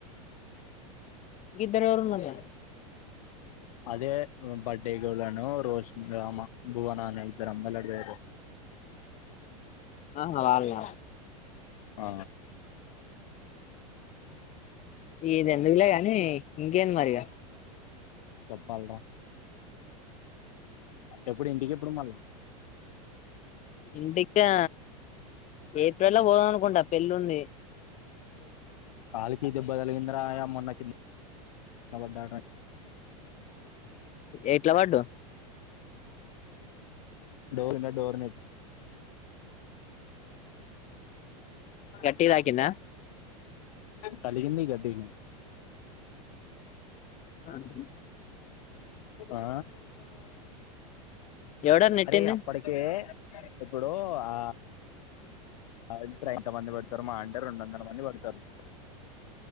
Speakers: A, on the left; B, on the left.
A: గిద్దలెవరు మల్ల
B: అదే బర్డే గూడ నో రోషన్, రామ, భువనా అనే ఇద్దరమ్మాయిలు అటువైపు
A: ఆ వాళ్ళ
B: ఆ
A: ఇది ఎందుకులే గాని ఇంకేంది మరిక
B: చెప్పాల్ రా ఎప్పుడు ఇంటికి ఎప్పుడు మళ్ళ
A: ఇంటికా ఏప్రిల్ లో పోదం అనుకుంటా పెళ్లుంది
B: కాలికి దెబ్బ తలిగిందిరా ఆ మొన్న కింద లవడ్డా రాయ్
A: ఎట్ల పడ్డవ్
B: డోరుండా డోర్ నెట్
A: గట్టిగ తాక్కిన్న
B: తలిగింది గట్టిగనే
A: అన్ని
B: ఆ
A: ఎవడరు నెట్టింది
B: అరే అప్పటికే ఇప్పుడు ఆ ఆడిట్రో ఎంత మంది పడతారు మహా అంటే రెండు వందల మంది పడతారు.